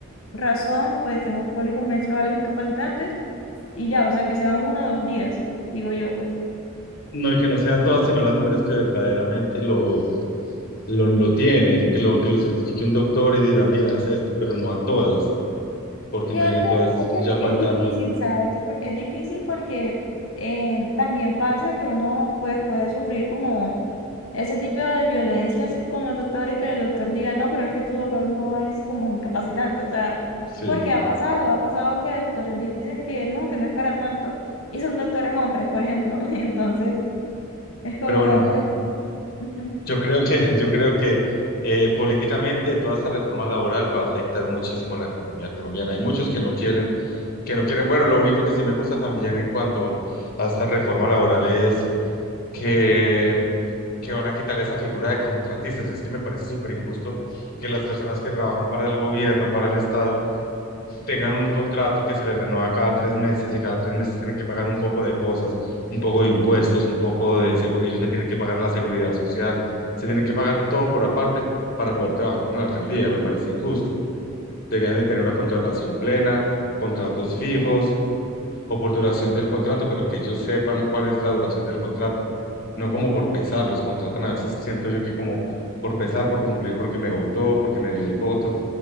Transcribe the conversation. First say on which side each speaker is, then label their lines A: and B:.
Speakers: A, on the left (about 80°); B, on the left (about 45°).
A: razón, pues tengo cólicos menstruales incapacitantes y ya, o sea, que sean uno o dos días, digo yo, pues.
B: No, y que no sea todas, sino las mujeres que verdaderamente lo, lo, lo tienen, que lo, que lo certifique un doctor y diga, mira, es esto, pero no a todas, porque
A: Sí,
B: imaginen
A: es que,
B: todas
A: es que
B: ya faltando.
A: es difícil, ¿sabes? Por- Es difícil porque eh, también pasa que uno pues, puede sufrir como ese tipo de violencias con los doctores, que el doctor diga, no, pero es que tu dolor no es como incapacitante, o sea,
B: Sí,
A: porque ha pasado, ha pasado que doctores dicen que no, que no es para tanto, y son doctores hombres, por ejemplo, <laughs> entonces es como
B: pero bueno,
A: de hombre. <laughs>
B: yo creo que, yo creo que eh, políticamente toda esta reforma laboral va a afectar muchísimo la economía colombiana. Hay muchos que no quieren que no quieren. Bueno, lo único que sí me gusta también en cuanto a esta reforma laboral es que, que van a quitar esa figura de contratistas. Es que me parece súper injusto que las personas que trabajan para el gobierno, para el Estado, tengan un contrato que se les renueva cada tres meses y cada tres meses tienen que pagar un poco de cosas, un poco de impuestos, un poco de seguridad. Ellos se tienen que pagar la seguridad social, se tienen que pagar todo por aparte para poder trabajar con la alcaldía. Me parece injusto. Deberían de tener una contratación plena, contratos fijos o por duración del contrato, pero que ellos sepan cuál es la duración del contrato, no como por pesar, los contratan a veces, siento yo que como por pesar, por cumplir, porque me votó, porque me dio el voto,